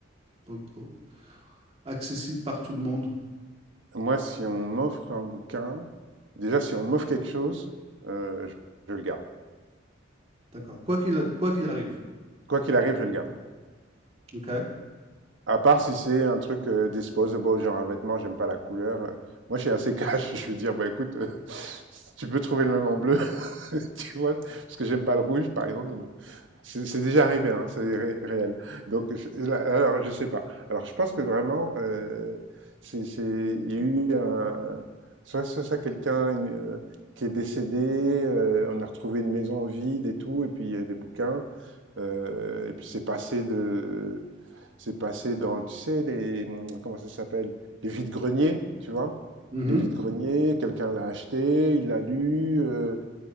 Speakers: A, on the right; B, on the right.
A: au- au- accessible par tout le monde?
B: Moi, si on m'offre un bouquin, déjà, si on m'offre quelque chose, euh, je je le garde.
A: D'accord. Quoi qu'il, quoi qu'il arrive.
B: Quoi qu'il arrive, je le garde.
A: OK.
B: À part si c'est un truc euh, disposable, genre un vêtement, j'aime pas la couleur. euh, moi, je suis assez <laughs> cash. Je vais dire, bah écoute, euh, si tu peux trouver le même en bleu, <laughs> tu vois, parce que j'aime pas le rouge, par exemple. Bon. C'est déjà arrivé, hein, c'est ré- réel. Donc, je, là, alors, je sais pas. Alors, je pense que vraiment, euh, c'est, c'est, il y a eu un, soit ça, soit quelqu'un euh, qui est décédé, euh, on a retrouvé une maison vide et tout, et puis il y a des bouquins, euh, et puis c'est passé de c'est passé dans, tu sais, les, comment ça s'appelle? Les vides-greniers, tu vois?
A: Mhm.
B: Les vides-greniers, quelqu'un l'a acheté, il l'a lu, euh,